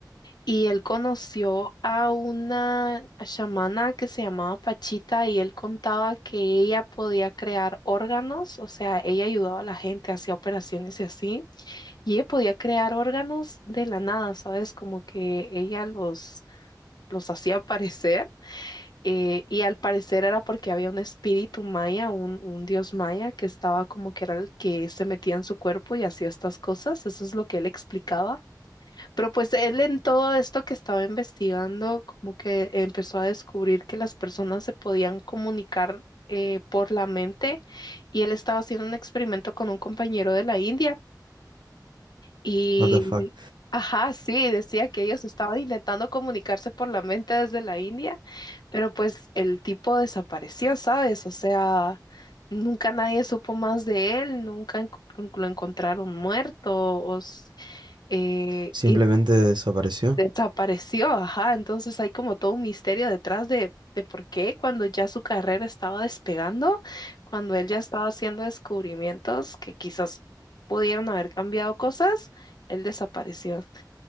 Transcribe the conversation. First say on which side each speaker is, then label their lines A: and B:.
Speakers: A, on the left; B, on the right.
A: y él conoció a una chamana que se llamaba Pachita y él contaba que ella podía crear órganos, o sea, ella ayudaba a la gente, hacía operaciones y así, y ella podía crear órganos de la nada, ¿sabes? Como que ella los, los hacía aparecer. eh, y al parecer era porque había un espíritu maya, un, un dios maya que estaba como que era el que se metía en su cuerpo y hacía estas cosas. Eso es lo que él explicaba. Pero pues él en todo esto que estaba investigando, como que empezó a descubrir que las personas se podían comunicar eh, por la mente y él estaba haciendo un experimento con un compañero de la India y,
B: what the fuck.
A: ajá, sí, decía que ellos estaban intentando comunicarse por la mente desde la India, pero pues el tipo desapareció, ¿sabes? O sea, nunca nadie supo más de él, nunca encu- lo encontraron muerto o s- eh,
B: Simplemente
A: y
B: desapareció.
A: Desapareció, ajá. Entonces hay como todo un misterio detrás de, de por qué cuando ya su carrera estaba despegando, cuando él ya estaba haciendo descubrimientos que quizás pudieron haber cambiado cosas, él desapareció.